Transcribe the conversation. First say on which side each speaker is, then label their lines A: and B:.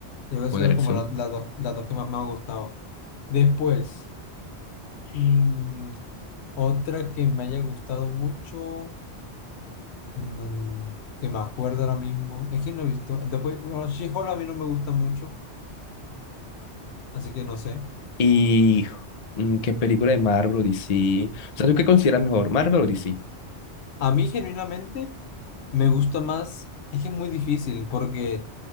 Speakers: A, on the left; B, on the left.
A: Yo creo
B: Buena
A: que son
B: elección.
A: como la- las dos, las dos que más me han gustado. Después, mm, otra que me haya gustado mucho, mm, que me acuerdo ahora mismo, es que no he visto. Después, bueno, She-Hulk a mí no me gusta mucho, así que no sé.
B: ¿Y mm, qué película de Marvel o DC? O sea, ¿tú qué consideras mejor, Marvel o DC?
A: A mí genuinamente me gusta más, es que es muy difícil porque